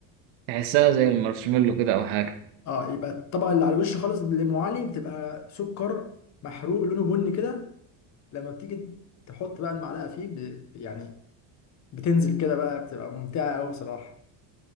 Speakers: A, on the right; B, on the left.
A: تحسها زي المارشميلو كده او حاجه
B: اه يبقى الطبقة اللي على الوش خالص اللي أم علي بتبقى سكر محروق لونه بني كده لما بتيجي تحط بقى المعلقة فيه ب... يعني بتنزل كده بقى بتبقى ممتعة قوي بصراحة